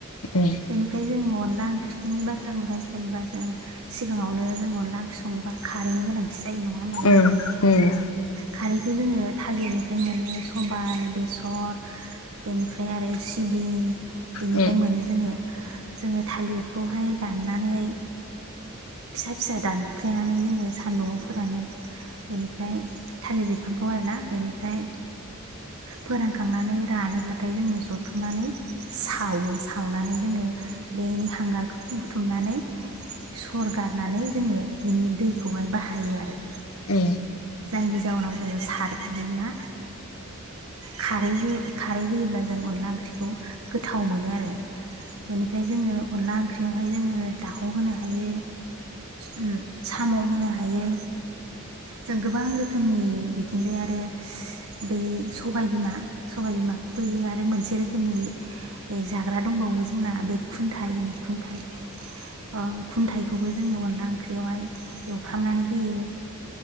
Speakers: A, on the left; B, on the right.
A: उम
B: बेनिफ्राय जों अनला ओंख्रिनि बाथ्राखौ रायज्लायोबा जों सिगाङावनो जों अनला ओंख्रि संनोबा खारैनो गोनां जायो नङा होमबा नोंथां।
A: उम उम
B: खारै खौ जोङो थालिरनिफ्राय मोनो सम बाइ, बेसर बेनिफ्राय आरो सिबिं बेनिफ्राय
A: औ
B: मोनो जोङो जोङो थालिरखौहाय दाननानै फिसा फिसा दानफ्लेनानै जोङो सान्दुुंआवफोरानो बेनिफ्राय थालिर बिफांखौ आरोना बेनिफ्राय फोरानखांनानै रानोब्लाथाय जोङो जथुमनानै सावो सावनानै जोङो बेनि हांगारखौ बुथुमनानै सर गारनानै जोङो बिनि दैखौहाय बाहायो आरो
A: ओ
B: जायनि जाउनाव जोङो सार मा खारै खारै होयोब्ला जों अनला ओंख्रिखौ गोथाव मोनो आरो बेनिफ्राय जोङो अनला ओंख्रियावहाय जोङो दाव होनो हायो। ओम साम' होनो हायो। जों गोबां रोखोमनि बि थिंजाय आरो बै सबाय बिमा, सबाय बिमाखौ फोयो आरो मोन से रोखोमनि ए जाग्रा दंबावो जोंना बै खुन्थाय होनो खुनथाइ। ओं खुन्थायाइखौबो जोङो अनला ओंख्रियावहाय एवफ्रामनानै होयो।